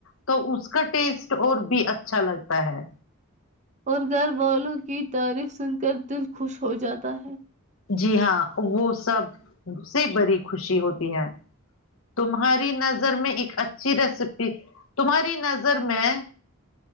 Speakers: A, on the left; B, on the right.
A: تو اس کا ٹیسٹ اور بھی اچھا لگتا ہے
B: اور گھر والوں کی تعریف سن کر دل خوش ہو جاتا ہے
A: جی ہاں وہ سب سے بڑی خوشی ہوتی ہے تمہاری نظر میں ایک اچھی ریسیپی تمہاری نظر میں